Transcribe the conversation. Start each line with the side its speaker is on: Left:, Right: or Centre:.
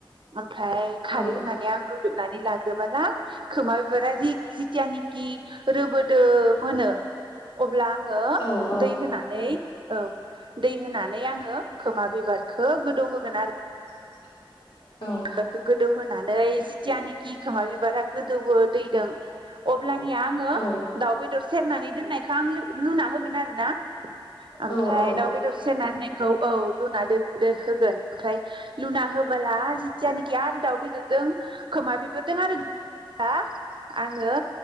Right: ओमफ्राय खारै
Left: औ
Right: होनानै आं रुदबनानै लाग्रोबा ना खोमा। बेरारि जिथिया निखि रोबोद। दो मोनो अब्ला आङो
Left: औ औ
Right: दै होनानै औ। दै होनानै आङो। खोमा बिबारखो गोदौ होगोन आरो
Left: <inaudible> औ
Right: <unintelligible> गोदौ नानै जिथिया नि गि खोमा बिबारा गोदौबो दैदों अब्लानिया आङो
Left: औ
Right: दाउ बेदर सेरनानै दोननायखो आं लु लुना होगोन। आरो ना ओमफाय
Left: औ औ
Right: दाउ बेदर सेरना होनाय खौ औ लुना दोन दो हो। गोन ओमफाय लुना होबोला गियान दाउ बेदरदों। खोमा बिबोदों आरो आ आङो